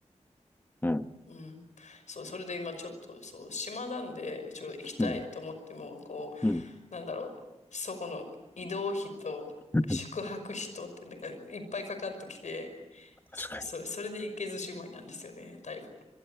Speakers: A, on the left; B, on the left.
A: うん。
B: うん。そう、それで今ちょっと、そう、島なんで、ちょっと行きたいと思っても、
A: うん。
B: こう、
A: うん。
B: なんだろう、そこの移動費と宿泊費とってなんかいっぱいかかってきて、
A: <laughs>
B: そう、
A: 確かに。
B: それ、それで行けずじまいなんですよね、だいぶ。